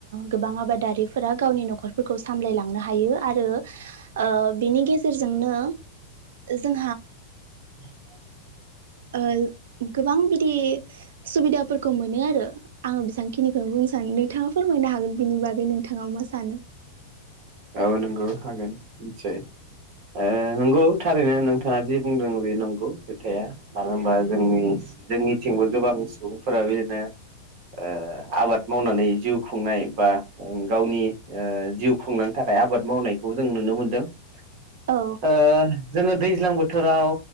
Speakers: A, on the right; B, on the right.
A: गोबां आबादारिफोर दा गावनि न'खरफोरखौ सामलायलांनो हायो आरो ओ बिनि गेजेरजोंनो जों
B: <unintelligible>
A: ओ। ओ गोबां बिदि सुबिदाफोरखौ मोनो आरो आंङो बिसांखिनिखोन बुंनो सानो नोंथां। थांङा फोरमायनो हागोन बिनि बागै नोंथांङा मा सानो।
B: औ नोंगौ हागोन निथसय। ओ नोंगौ थारैनो नोंथांङा जि बुंदों बि नोंगौ खोथाया मानो होनबा जोंनि जोंनिथिंबो गोबां सुबुंफोरा बिदिनो ओ आबाद मावनानै जिउ खुंनाय बा ओं गावनि ओ जिउ खुंनां थाखाय आबाद मावनायखौ जों नुनो मोनदों। ओ
A: औ
B: जोंङो दैज्लां बोथोराव